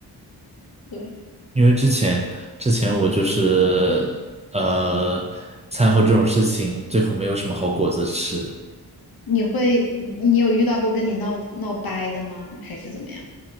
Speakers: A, on the left; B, on the right.
A: 对。
B: 因为之前之前我就是呃掺和这种事情，最后没有什么好果子吃，
A: 你会，你有遇到过跟你闹闹掰的吗？还是怎么样？